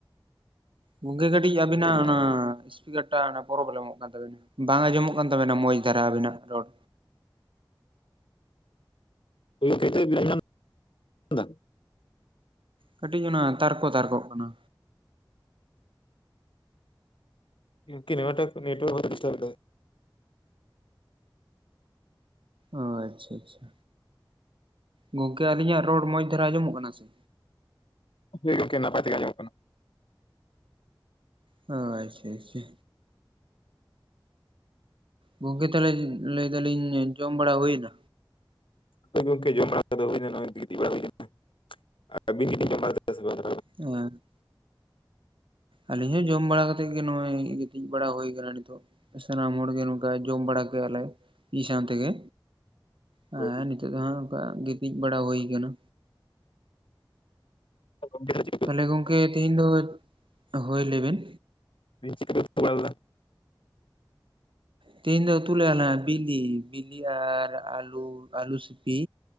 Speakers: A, on the right; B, on the left.
A: ᱜᱚᱢᱠᱮ ᱠᱟᱹᱴᱤᱡ ᱟᱵᱤᱱᱟᱜ
B: ᱦᱮᱸ ᱡᱚᱦᱟᱨ
A: ᱚᱱᱟ
B: ᱜᱮ᱾
A: <unintelligible> ᱯᱨᱚᱵᱞᱮᱢᱚᱜ ᱠᱟᱱ ᱛᱟᱵᱤᱱᱟ ᱵᱟᱝ ᱟᱸᱚᱢᱚᱜ ᱠᱟᱱ ᱛᱟᱵᱮᱱᱟ ᱢᱚᱡᱽ ᱫᱷᱟᱨᱟ ᱟᱵᱤᱱᱟᱜ ᱨᱚᱲ
B: <unintelligible>
A: ᱠᱟᱹᱴᱤᱡ ᱚᱱᱟ ᱛᱟᱨᱠᱚ ᱛᱟᱨᱠᱚᱜ ᱠᱟᱱᱟ
B: ᱤᱱᱠᱤ ᱱᱳᱭᱟᱴᱟᱜ ᱱᱮᱴᱣᱟᱨᱠ ᱦᱚᱭᱛᱚ ᱫᱤᱥᱴᱟᱵ ᱫᱟ
A: ᱚ ᱟᱪᱪᱷᱟ ᱟᱪᱪᱷᱟ ᱜᱚᱝᱠᱮ ᱟᱹᱞᱤᱧᱟᱜ ᱨᱚᱲ ᱢᱚᱸᱡᱽ ᱫᱷᱟᱨᱟ ᱟᱸᱚᱢᱚᱜ ᱠᱟᱱᱟ ᱥᱮ
B: ᱦᱳᱭ ᱜᱚᱝᱠᱮ ᱱᱟᱯᱟᱭ ᱛᱮᱜᱮ ᱟᱸᱡᱚᱢᱚᱜ ᱠᱟᱱᱟ
A: ᱚ ᱟᱪᱪᱷᱟ ᱟᱪᱪᱷᱟ ᱜᱚᱝᱠᱮ ᱛᱟᱦᱚᱞᱮ ᱞᱟᱹᱭᱫᱟᱞᱤᱧ ᱡᱚᱢ ᱵᱟᱲᱟ ᱦᱩᱭᱱᱟ
B: ᱦᱳᱭ ᱜᱚᱢᱠᱮ ᱡᱚᱢ ᱵᱟᱲᱟ ᱦᱩᱭ ᱱᱟ ᱜᱤᱛᱤᱡ ᱵᱟᱲᱟ ᱦᱩᱭ ᱠᱟᱱᱟ ᱟᱵᱤᱱ ᱜᱮᱵᱤᱱ ᱡᱚᱢ ᱵᱟᱲᱟ ᱠᱮᱫᱟ ᱵᱟᱝ
A: ᱦ ᱟᱹᱞᱤᱧ ᱦᱚᱸ ᱡᱚᱢ ᱵᱟᱲᱟ ᱠᱟᱛᱮᱫ ᱜᱮ ᱱᱚᱜᱼᱚᱭ ᱜᱤᱛᱤᱡ ᱵᱟᱲᱟ ᱦᱩᱭ ᱟᱠᱟᱱᱟ ᱱᱤᱛᱚᱜ ᱥᱟᱱᱟᱢ ᱦᱚᱲᱜᱮ ᱱᱚᱝᱠᱟ ᱡᱚᱢ ᱵᱟᱲᱟ ᱠᱮᱫᱼᱟ ᱞᱮ ᱢᱤ ᱥᱟᱶ ᱛᱮᱜᱮ ᱦᱮᱸ
B: ᱦᱳᱭ ᱦᱳᱭ᱾
A: ᱱᱤᱛᱚᱜ ᱫᱚ ᱦᱟᱸᱜ ᱚᱱᱠᱟ ᱜᱛᱤᱡ ᱵᱟᱲᱟ ᱦᱩᱭ ᱟᱠᱟᱱᱟ
B: <unintelligible>
A: ᱛᱟᱦᱚᱞᱮ ᱜᱚᱝᱠᱮ ᱛᱮᱦᱮᱧ ᱫᱚ ᱦᱳᱭ ᱞᱮᱵᱤᱱ
B: <unintelligible>
A: ᱛᱮᱦᱮᱧ ᱫᱚ ᱩᱛᱩ ᱞᱮᱼᱟ ᱞᱮ ᱵᱤᱞᱤ ᱵᱤᱞᱤ ᱟᱨ ᱟᱞᱩ ᱟᱞᱩ ᱥᱤᱯᱤ